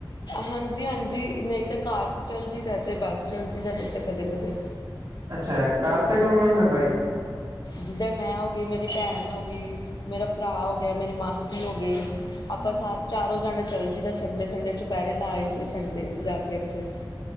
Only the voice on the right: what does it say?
ਅੱਛਾ ਕਾਰ ਤੇ ਕੌਣ-ਕੌਣ ਜਾਂਦਾ ਹੈ ਜੀ।
ਹਮ।